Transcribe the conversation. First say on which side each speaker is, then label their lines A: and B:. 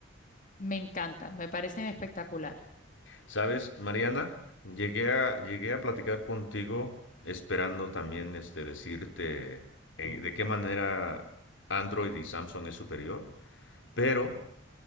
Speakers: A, on the left (about 40°); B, on the left (about 75°).
A: me encantan, me parecen espectaculares.
B: Sabes, Mariana, llegué a, llegué a platicar contigo esperando también este, decirte eh, de qué manera Android y Samsung es superior, pero